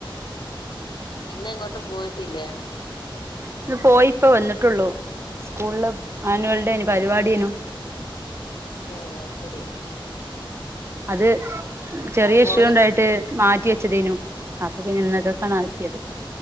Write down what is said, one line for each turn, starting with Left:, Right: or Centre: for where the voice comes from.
Left: ഇന്ന് എങ്ങോട്ടും പോയിട്ടില്ലേ
Right: ഇന്ന് പോയി ഇപ്പോ വന്നിട്ടുള്ളൂ സ്കൂളില് ആനുവൽ ഡേന് പരിപാടിയനും
Left: ഏ അയ് ശെരി
Right: അത് ചെറിയ ഇഷ്യൂ
Left: മോന്
Right: ഉണ്ടായിട്ട് മാറ്റി വെച്ചതേനു അപ്പൊ പിന്നെ ഇന്നക്കക്കാണ് ആക്കിയത്